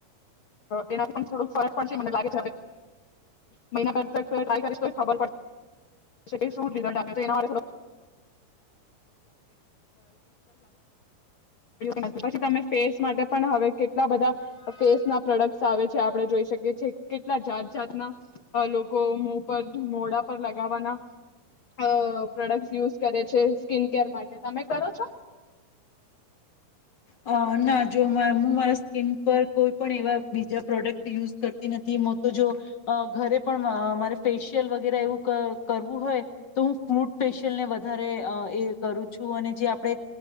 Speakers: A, on the left; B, on the left.
A: એના પણ થોડુંક ફરક પડશે મને લાગે છે હવે મહિના ટાય કરીશ ખબર પડશે એ શું <unintelligible> લાગ છે, એના માટે પછી તમે ફેસ કરવો પડશે આ <unintelligible> ફેસ માટે પણ હવે કેટલા બધા ફેસ ના પ્રોડક્ટ આવે છે, આપણે જોઈ શકીએ છે, કેટલા જાત જાતના લોકો મો પર મોડા પર લાગ લગાવવાના આ પ્રોડક્ટ યુઝ કરે છે, સ્કીન કેર માટે તમે કરો છો?
B: અ ના જો હું મારા સ્કીિન પર કોઈ પણ એવા બીજા પ્રોડક્ટ યુઝ કરતી નથી તો જો ઘરે પણ મારે ફેશિયલ વગેરે એવું કરવું હોય તો હું ફ્રૂટ ફેશિયલ ને વધારે એ કરું છું અને જે આપણે